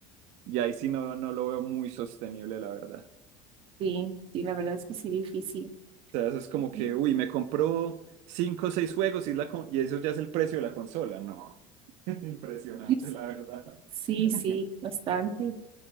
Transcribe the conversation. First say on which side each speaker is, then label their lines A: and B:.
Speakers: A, on the right (about 65°); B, on the right (about 45°).
A: ya ahí sí no, no lo veo muy sostenible, la verdad.
B: Sí, sí, la verdad es que sí, difícil.
A: O sea, eso es como
B: Y-
A: que, uy, me compró 5 o 6 juegos y, es la con- y eso ya es el precio de la consola. No. <laughs> Impresionante,
B: <laughs>
A: la verdad.
B: Sí,
A: <laughs>
B: sí, bastante.